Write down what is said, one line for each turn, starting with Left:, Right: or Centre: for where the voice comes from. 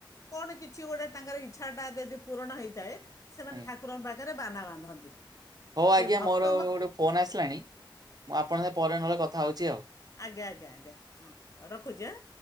Left: କଣ କିଛି ଗୋଟେ ତାଙ୍କର ଇଚ୍ଛା ଟା ଯଦି ପୂରଣ ହେଇଥାଏ ସେମାନେ
Right: ଆଜ୍ଞା
Left: ଠାକୁରଙ୍କ ପାଖରେ ଖରେ ବାନା ବାନ୍ଧନ୍ତି।
Right: ହଉ ଆଜ୍ଞା
Left: ସେ ଭକ୍ତଙ୍କ
Right: ମୋର ଗୋଟେ ଫୋନ୍ ଆସିଲାଣି। ମୁଁ ଆପଣଙ୍କ ସେ ପରେ ନହେଲେ କଥା ହେଉଛି ଆଉ।
Left: ଆଜ୍ଞା-ଆଜ୍ଞା-ଆଜ୍ଞା ହଁ ରଖୁଛି ଆଁ।